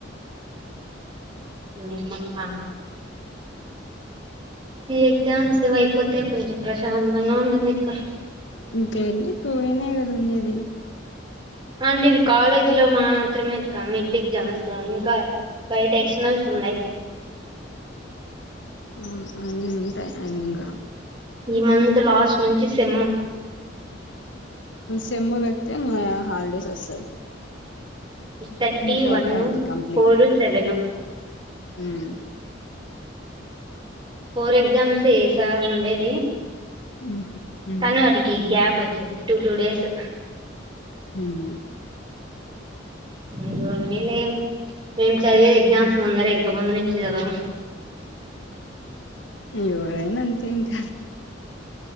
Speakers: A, on the right; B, on the left.
A: ఏంమ్ అక్క. ఈ ఎగ్జామ్స్ అయిపోతే కొంచెం ప్రశాంతంగా ఉండంది అక్క.
B: ఇంకేమి టు ఇన్ ఏ కదా ఉండేది.
A: హా అండి ఇది కాలేజ్ లో మాత్రమే మెట్ ఎగ్జామ్స్ ఇంకా. బయట ఎక్స్నల్స్ ఉన్నాయి్.
B: హహ, అవి ఉంటాయి అవి ఏం కావు.
A: ఈ మంత్ లాస్ట్ నుంచి సిమ్ము.
B: సిమ్ము పెడితే హాలిడేస్ వస్తాయి.
A: థర్టీ
B: ఇంకా
A: వన్
B: అయిపా యే ఆడికి కంప్లీట్,
A: ఫోర్ సెవెన్
B: హమ్.
A: ఫోర్ ఎగ్జామ్స్స చేశా ఉండేది.
B: హ్మ్ హు
A: తను వాటికి గ్యాప్ వచ్చి. Two two days.
B: హ్మ్
A: ఇండ లే మేం చదివేది ఎగ్జామ్స్ ముందరే ఇంక ముందు నుంచి చదవవు.
B: ఇవరేనంత ఇంకా.